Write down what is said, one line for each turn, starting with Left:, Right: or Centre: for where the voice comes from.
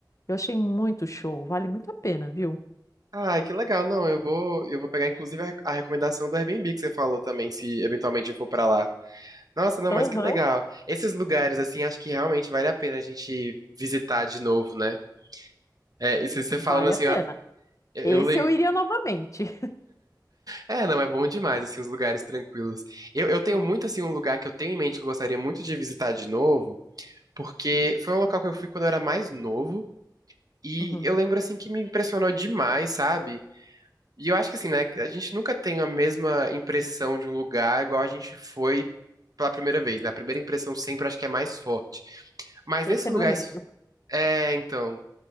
Left: Eu achei muito show, vale muito a pena, viu?
Right: Ah, que legal. Não, eu vou, eu vou pegar, inclusive, a, a recomendação do Airbnb que você falou também, se eventualmente eu for pra lá. Nossa, não, mas
Left: Aham,
Right: que legal. Esses lugares, assim, acho que realmente vale a pena a gente visitar de novo, né? É, isso você falando
Left: vale
Right: assim,
Left: a pena.
Right: ó, eu
Left: Esse
Right: lembro.
Left: eu iria novamente. <laughs>
Right: É, não, é bom demais, assim, os lugares tranquilos. Eu, eu tenho muito, assim, um lugar que eu tenho em mente que eu gostaria muito de visitar de novo, porque foi um local que eu fui quando eu era mais novo, e
Left: Uhum.
Right: eu lembro, assim, que me impressionou demais, sabe? E eu acho que, assim, né, que a gente nunca tem a mesma impressão de um lugar igual a gente foi pela primeira vez, né? A primeira impressão sempre acho que é mais forte. Mas
Left: Esse
Right: nesse
Left: é
Right: lugar
Left: meu medo.
Right: É, então.